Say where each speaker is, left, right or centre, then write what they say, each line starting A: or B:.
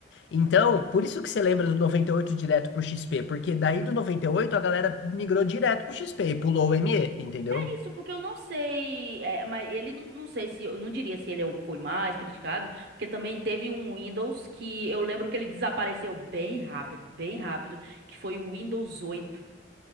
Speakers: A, on the left; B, on the right.
A: Então, por isso que você lembra do 98 direto pro XP, porque daí do 98 a galera migrou direto pro XP e pulou o ME, entendeu?
B: É isso, porque eu não sei, é, mas ele não, não sei se, eu não diria se ele é o- foi mais criticado, porque também teve um Windows que eu lembro que ele desapareceu bem rápido, bem rápido, que foi o Windows 8.